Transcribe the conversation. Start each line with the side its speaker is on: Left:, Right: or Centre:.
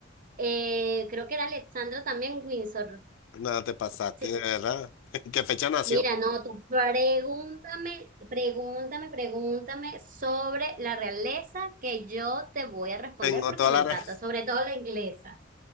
Right: eh, creo que era Alexandra también Windsor.
Left: Nada, te pasaste,
Right: Sí.
Left: de verdad. <laughs> ¿Qué fecha nació?
Right: Mira, no, tú pregúntame, pregúntame, pregúntame sobre la realeza que yo te voy a responder
Left: Tengo
Right: porque
Left: toda
Right: me encanta,
Left: la
Right: sobre todo la inglesa.